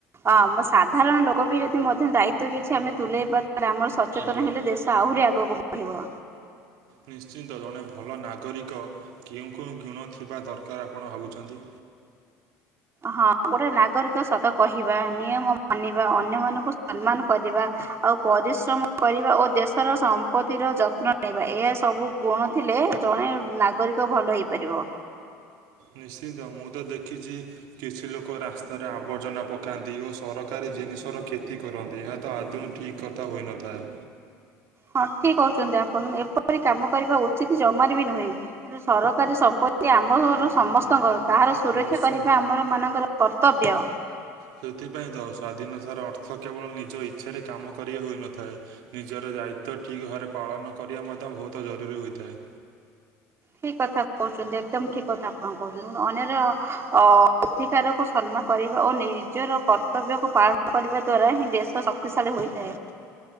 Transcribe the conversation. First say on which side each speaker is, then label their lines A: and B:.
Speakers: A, on the right; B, on the right.
A: ହ ଆମ ସାଧାରଣ ଲୋକ ବି ଯଦି ମଧ୍ୟ ଦାୟିତ୍ୱ କିଛି ଆମେ ତୁଲେଇବା ତାଲେ ଆମର ସଚେତନ
B: ଆଜ୍ଞା
A: ହେଲେ ଦେଶ ଆହୁରି ଆଗକୁ ବଢ଼ିବ।
B: ନିଶ୍ଚିନ୍ତ ଜଣେ ଭଲ ନାଗରିକ କେଉଁ- କେଉଁ ଗୁଣ ଥିବା ଦରକାର ଆପଣ ଭାବୁଛନ୍ତି?
A: ହଁ, ଗୋଟେ ନାଗରିକ ସତ କହିବା, ନିୟମ ମାନିବା, ଅନ୍ୟ ମାନଙ୍କୁ ସମ୍ମାନ କରିବା ଆଉ ପରିଶ୍ରମ କରିବା ଓ ଦେଶର ସମ୍ପତ୍ତିର ଯତ୍ନ ନେବା ଏହା ସବୁ ଗୁଣ ଥିଲେ ଜଣେ ନାଗରିକ ଭଲ ହେଇପାରିବ।
B: ନିଶ୍ଚିନ୍ତ ମୁଁ ତ ଦେଖିଛି କିଛି ଲୋକ ରାସ୍ତାରେ ଆବର୍ଜନା ପକାନ୍ତି ଓ ସରକାରୀ ଜିନିଷର କ୍ଷତି କରନ୍ତି ଏହା ତ ଆଦୌ ଠିକ୍ କଥା ହୋଇନଥାଏ।
A: ହଁ ଠିକ କହୁଛନ୍ତି ଆପଣ ଏପରି କାମ କରିବା ଉଚିତ ଜମାରେ ବି ନୁହେଁ। ସରକାରୀ ସମ୍ପତ୍ତି ଆମର ସମସ୍ତଙ୍କର। ତାହାର ସୁରକ୍ଷା
B: ନିଶ୍ଚିନ୍ତ
A: କରିବା ଆମର ମାନଙ୍କର କର୍ତ୍ତବ୍ୟ।
B: ସେଥିପାଇଁ ତ ସ୍ୱାଧୀନତାର ଅର୍ଥ କେବଳ ନିଜ ଇଚ୍ଛାରେ କାମ କରି ହୋଇନଥାଏ। ନିଜର ଦାୟିତ୍ଵ ଠିକ୍ ଭାବରେ ପାଳନ କରିବା ମଧ୍ୟ ବହୁତ ଜରୁରୀ ହୋଇଥାଏ।
A: ଠିକ କଥା କହୁଛନ୍ତି ଏକଦମ ଠିକ କଥା ଆପଣ କହୁଛନ୍ତି। ଅନ୍ୟର ଅ ଅଧିକାର କ ସମ୍ମାନ କରିବା ଓ ନିଜର କର୍ତ୍ତବ୍ୟକୁ ପାଳନ କରିବା ଦ୍ୱାରା ହିଁ ଦେଶ ଶକ୍ତିଶାଳୀ ହୋଇଥାଏ।